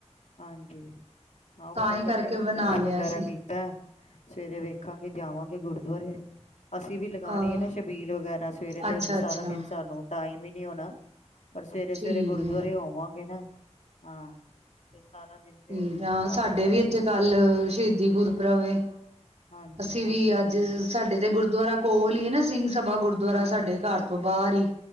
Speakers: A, on the left; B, on the right.
A: ਹਾਂਜੀ। ਆਹੋ
B: ਤਾਂ
A: ਮੈਂ
B: ਹੀ
A: ਕੱਢਿਆ
B: ਕਰਕੇ
A: ਹੁਣ,
B: ਬਣਾ
A: ਪ੍ਰੈਸ
B: ਲਿਆ
A: ਵਗੈਰਾ
B: ਸੀ
A: ਕੀਤਾ ਸਵੇਰੇ ਵੇਖਾਂਗੇ ਜਾਵਾਂਗੇ ਗੁਰਦੂਆਰੇ ਅਸੀਂ ਵੀ ਲਗਾਣੀ
B: ਹਾਂ
A: ਹੈ ਨਾ, ਸ਼ਬੀਲ ਵਗੈਰਾ ਸਵੇਰੇ ਤੇ,
B: ਅੱਛਾ
A: ਹਦੀ ਸਾਰਾ
B: ਅੱਛਾ
A: ਦਿਨ ਸਾਨੂੰ ਟਾਈਮ ਹੀ ਨੀ ਹੋਣਾ। ਪਰ ਸਵੇਰੇ-ਸਵੇਰੇ
B: ਠੀਕ
A: ਗੁਰਦੁਆਰੇ
B: ਹੈ
A: ਹੋ ਆਵਾਂਗੇ ਨਾ ਹਾਂ। <unintelligible>
B: ਠੀਕ
A: ਤੇ
B: ਆ
A: ਬਾਹਰ
B: ਸਾਡੇ
A: ਹੀ ਸਾਡਾ
B: ਵੀ, ਇੱਥੇ
A: ਨਿਕਲ
B: ਕੱਲ ''ਸ਼ਹੀਦੀ ਗੁਰਪੁਰਬ' ਏ।
A: ਹਾਂਜੀ
B: ਅਸੀਂ
A: ਹਾਂ
B: ਵੀ
A: ਸ਼ਹੀਦੀ
B: ਅੱਜ ਸਾਡੇ ਤੇ, ਗੁਰਦੁਆਰਾ ਕੋਲ ਹੀ ਹੈ ਨਾ, ਸਿੰਘ ਸਭਾ ਗੁਰਦੁਆਰਾ
A: ਹਾਂਜੀ।
B: ਸਾਡੇ ਘਰ ਤੋਂ, ਬਾਹਰ ਹੀ